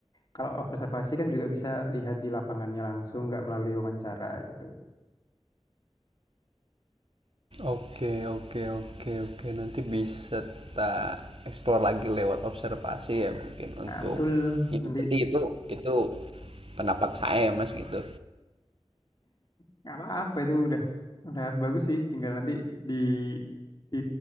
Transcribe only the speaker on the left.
kalau observasi kan juga bisa lihat di lapangannya langsung, nggak melalui wawancara gitu.
Nah,
betul.
Nanti
nggak apa-apa itu udah udah bagus sih. Tinggal nanti di di